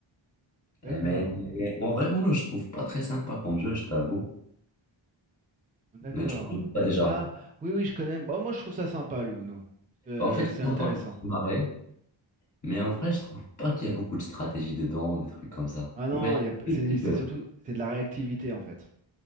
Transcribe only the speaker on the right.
D'accord.
D'accord.
Ah, oui, oui, je connais. Bon, moi, je trouve ça sympa, le Uno. Euh,
c'est
intéressant.
Ah non,
il y a p- c'est
c'est surtout c'est de la réactivité, en fait.